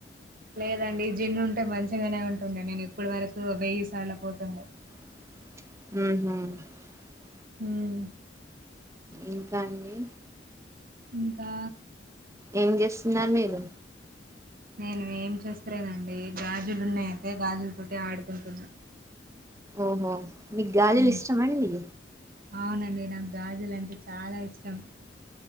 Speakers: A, on the right; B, on the right.
A: లేదండి జిన్ ఉంటే మంచిగానే ఉంటుండే నేను ఇప్పడు వరకు వెయ్యిసార్ల పోతుండే
B: ఉహ్మ్
A: ఉమ్
B: ఇంకా అండి
A: ఇంకా
B: ఏం చేస్తున్నారు మీరు
A: నేను ఏం చేస్తలేనండి గాజులు ఉన్నాయితే గాజుల్తోటి ఆడుకుంటున్నా
B: ఓహో మీక్ గాజలు
A: ఉమ్
B: ఇష్టమండి
A: అవునండి నాకు గాజులు అంటే చాలా ఇష్టం